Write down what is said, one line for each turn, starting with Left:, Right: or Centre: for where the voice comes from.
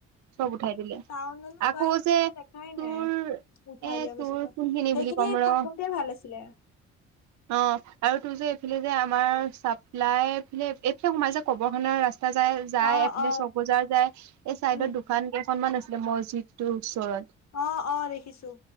Right: চব উঠাই দিলে,
Left: টাউনলে
Right: আকৌ
Left: যোৱাই মানে
Right: যে
Left: মই দেখাই
Right: তোৰ
Left: নাই উঠাই
Right: এ
Left: দিয়া পাছৰ
Right: তোৰ
Left: পৰা
Right: কোনখিনি
Left: সেইখিনি
Right: বুলি ক'ম ৰ
Left: থাকোতে ভাল আছিলে
Right: অ' আৰু তোৰ যে এইফালে যে আমাৰ চাপ্লাইফালে এইফালে সোমাই যে কবৰ খানাৰ ৰাস্তা যায় যায়
Left: অ
Right: এফালে
Left: অ
Right: চ'কবজাৰ যায় এই চাইডত
Left: উম
Right: দু দোকান কেইখনমান আছিলে মছজিদৰ ওচৰত
Left: অ', অ' দেখিছো,